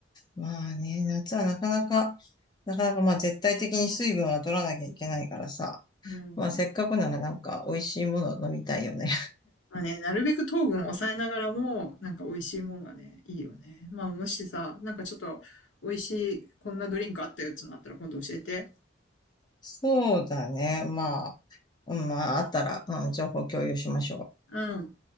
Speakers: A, on the left; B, on the left.
A: まあね、夏はなかなか、なかなかまあ絶対的に水分は取らなきゃいけないからさ。
B: うん。うん。
A: まあせっかくならなんか美味しいものを飲みたいよね。
B: まあね、なるべく糖分を抑えながらも、なんか美味しいもんがね、いいよね。まあ、もしさ、なんかちょっと、美味しい、こんなドリンクあったよってのあったら今度教えて。
A: そうだね。まあ、うんまあ、あったら、うん、情報共有しましょう。
B: うん。